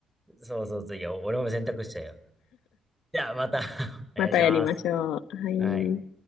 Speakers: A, in the centre; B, on the left.
A: そうそうそう、いや、俺も選択しちゃうよ。じゃあ、また <laughs> お願いします。
B: またやりましょう。はい。
A: はい。